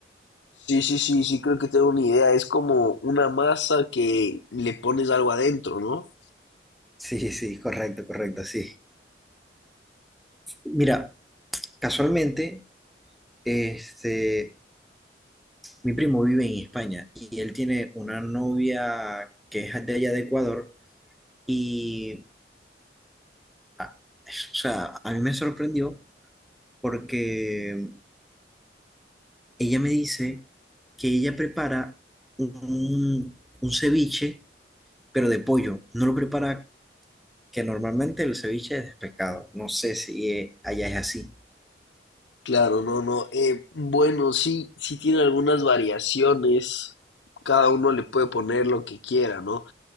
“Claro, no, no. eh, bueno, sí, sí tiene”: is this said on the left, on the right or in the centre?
Left